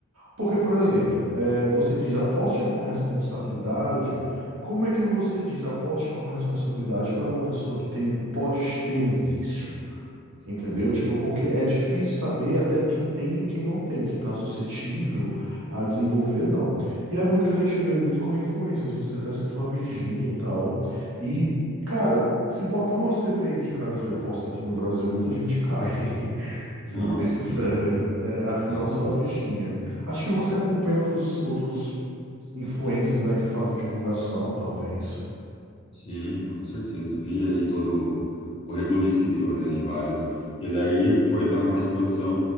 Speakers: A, on the right (about 80°); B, on the left (about 25°).
A: Porque, por exemplo, eh, você diz aposte com responsabilidade. Como é que você diz aposte com responsabilidade para uma pessoa que tem, pode ter um vício? Entendeu? Tipo, porque é difícil saber até quem tem e quem não tem, quem está suscetível a desenvolver, não. E é muito que a gente vê muito com influências. Você até citou a Virgínia e tal. E, cara, se botar uma CPI de casa de aposta aqui no Brasil, muita gente cai. <laughs> Sendo
B: Nossa,
A: bem sincero.
B: sim.
A: É, assim,
B: Uhum.
A: não só a Virgínia. Acho que você acompanha outros, outros influencers, né, que fazem divulgação, talvez.
B: Sim, com certeza. Eu Vi aí todo o rebuliço que deu, né? De vários. Porque daí foi também uma exposição